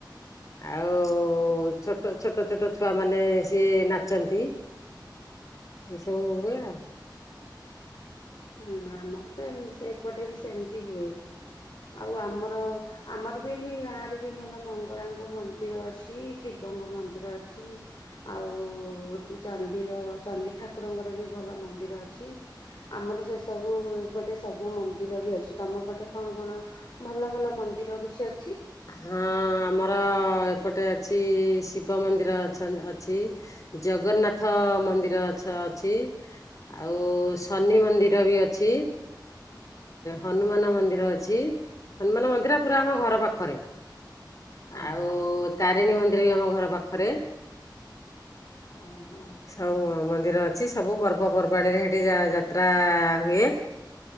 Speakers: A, on the left; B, on the left.
A: ଆଉ ଛୋଟ ଛୋଟ ଛୋଟ ଛୁଆ ମାନେ ସିଏ ନାଚନ୍ତି ଏସବୁ ହୁଏ ଆଉ
B: ହୁଁ ଆମର ତ ସେପଟେ ବି ସେମିତି ହୁଏ ଆଉ ଆମର ଆମର ବି ଏଠି ଗାଁ ରେ ବି ଭଲ ମଙ୍ଗଳାଙ୍କ ମନ୍ଦିର ଅଛି ଶିବଙ୍କ ମନ୍ଦିର ଅଛି ଆଉ ଏଠି ଚଣ୍ଡଡିର ଚଣ୍ଡି ଠାକୁରଙ୍କର ବି ଭଲ ମନ୍ଦିର ଅଛି। ଆମର ସେ ସବୁ ଏପଟେ ସବୁ ମନ୍ଦିର ବି ଅଛି ତମ ପଟେ କଣ କଣ ଭଲ ଭଲ ମନ୍ଦିର କିଛି ଅ
A: ହଁ ଆମର ଏପଟେ ଅଛି। ଶିବ ମନ୍ଦିର ଅଛ ଅଛି ଜଗନ୍ନାଥ ମନ୍ଦିର ଅଛ ଅଛି ଆଉ ଶନି ମନ୍ଦିର ବି ଅଛି ହନୁମାନ ମନ୍ଦିର ଅଛି ହନୁମାନ ମନ୍ଦିର ପୁରା ଆମ ଘର ପାଖରେ।
B: ଓହୋ
A: ଆଉ ତା ତାରିଣୀ ମନ୍ଦିର ବି ଆମ ଘର ପାଖରେ
B: ଅ ହୋ।
A: ସବୁ ମନ୍ଦିର ଅଛି ସବୁ ପର୍ବପର୍ବାଣିରେ ସେଇଠି ଯାତ୍ରା ହୁଏ।